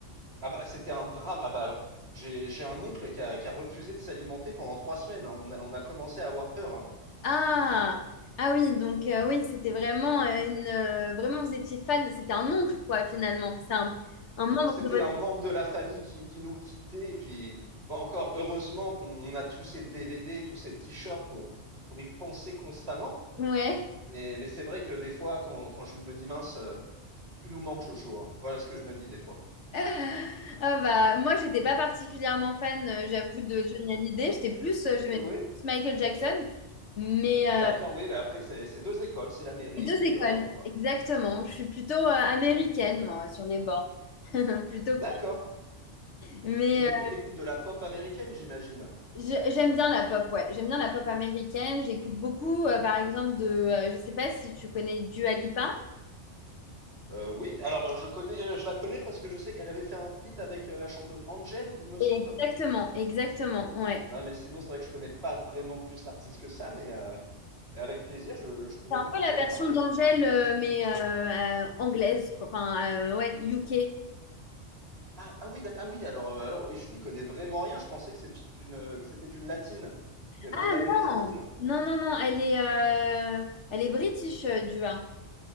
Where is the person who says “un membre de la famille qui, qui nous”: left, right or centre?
Right